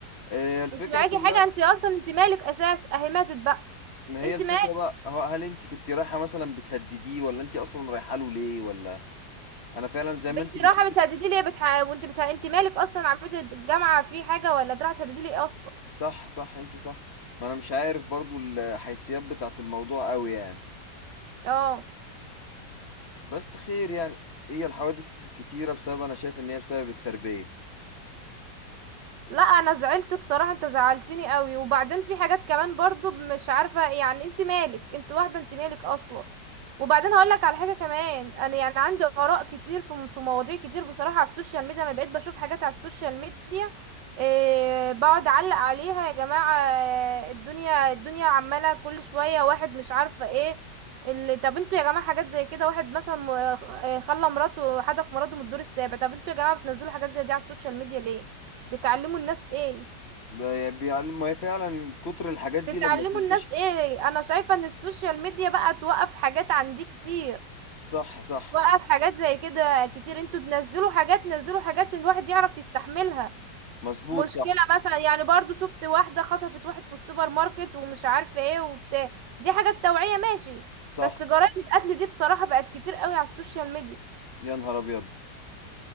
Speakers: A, on the left; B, on the right.
A: آه، الفكرة
B: انت معاكي
A: كلها
B: حاجة انت اصلا انت مالك اساس اهي ماتت بقى
A: ما هي
B: انت
A: الفكرة
B: مالك
A: بقى هو هل انت كنت رايحة مثلا بتهدديه ولا انت اصلا رايحة له ليه ولا انا فعلا زي
B: بنتي
A: ما انت بتقولي
B: رايحه بتهددي لي بتح... وانت بتح... انت مالك اصلا عملت الجامعه في حاجه ولا رايحه تهددي لي اصلا
A: صح صح انت صح ما انا مش عارف برضو الحيثيات بتاعت الموضوع قوي يعني
B: اه
A: بس خير يعني هي الحوادث كتيرة بسبب انا شايف ان هي بسبب التربية
B: لا انا زعلت بصراحة انت زعلتني قوي وبعدين في حاجات كمان برضو مش عارفة يعني انت مالك انت واحدة انت مالك اصلا وبعدين هقولك على حاجة كمان انا يعني عندي اراء كتير في في مواضيع كتير بصراحة على السوشيال ميديا انا بقيت بشوف حاجات على السوشيال ميديا إيه بقعد اعلق عليها يا جماعة آه، الدنيا الدنيا عمالة كل شوية واحد مش عارفة ايه اللي طب انتوا يا جماعة حاجات زي كده واحد مثلا م- آه، خلى مراته حدف مراته من الدور السابع طب انتوا يا جماعة بتنزلوا حاجات زي دي على السوشيال ميديا ليه بتعلموا الناس ايه
A: بي- بيعلم ما هي فعلا كتر الحاجات دي
B: بتعلموا
A: لما بتنتشر
B: الناس ايه انا شايفة ان السوشيال ميديا بقى توقف حاجات عندي كتير
A: صح صح
B: توقف حاجات زي كده كتير انتوا تنزلوا حاجات نزلوا حاجات ان الواحد يعرف يستحملها
A: مظبوط
B: مشكلة
A: صح
B: مثلا يعني برضو شفت واحدة خطفت واحد في السوبر ماركت ومش عارفة ايه وبتاع دي حاجات توعية ماشي
A: صح
B: بس جرائم القتل دي بصراحة بقت كتير قوي على السوشيال ميديا
A: يا نهار ابيض